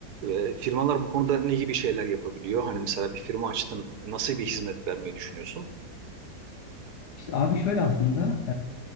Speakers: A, on the right (about 70°); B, on the left (about 75°).
A: Ee, firmalar bu konuda ne gibi şeyler yapabiliyor? Hani mesela bir firma açtın, nasıl bir hizmet vermeyi düşünüyorsun?
B: İşte abi şöyle aslında